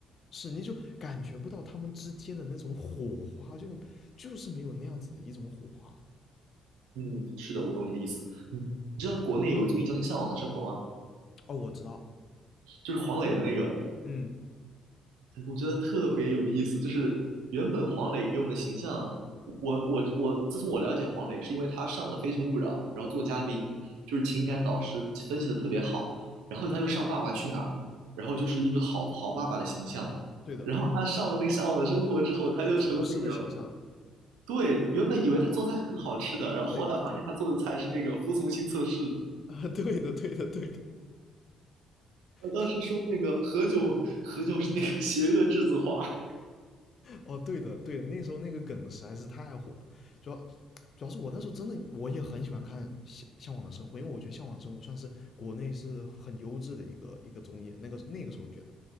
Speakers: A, on the left; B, on the right.
A: 是，你就感觉不到他们之间的那种火花，就就是没有那样子的一种火花。
B: 嗯，是的，我懂你的意思。嗯，你知道国内有个综艺叫那个《向往的生活》吗？
A: 哦，我知道，
B: 就是黄磊的那个。
A: 嗯，
B: 对，我觉得特别有意思，就是原本黄磊给我们的形象，我我我，自从我了解黄磊，是因为他上了《非诚勿扰》，然后做嘉宾，就是情感导师分析的特别好，然后他又上《爸爸去哪儿》，然后就是一个好好爸爸的形象，
A: 对的，
B: 然后他上了那个《向往的生活》之后，他就成了那个，
A: 就厨师的形象。
B: 对，原本以为他做菜很好吃的，
A: 然后，
B: 然后后来发现他做的菜是那个服从性测试，
A: 对对啊，<laughs> 对的，对的，对的，
B: 我当时说那个何炅，
A: 他
B: 何炅是那个邪恶栀子花。<laughs>
A: 哦，对的，对的，那时候那个梗实在是太火了主要主要是我那时候真的我也很喜欢看向向往的生活，因为我觉得向往的生活算是国内是很优质的一个一个综艺，那个那个时候觉得，